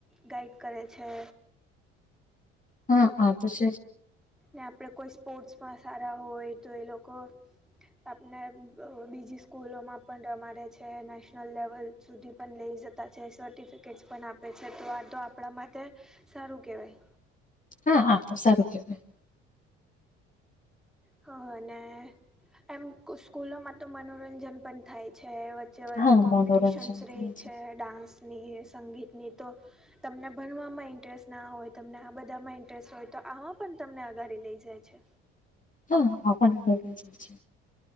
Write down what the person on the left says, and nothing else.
હા, હા તોછ
હા, હા તો સારું કેવાય
હા,
મનોરંજન
થાય
હા આપણ <inaudible> જાય છે